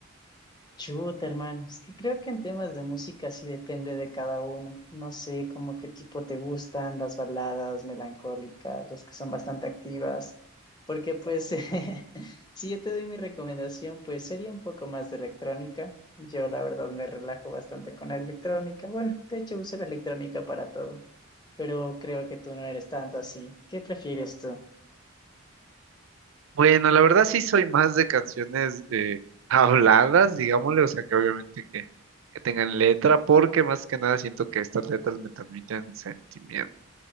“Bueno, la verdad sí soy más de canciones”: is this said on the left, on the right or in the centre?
Right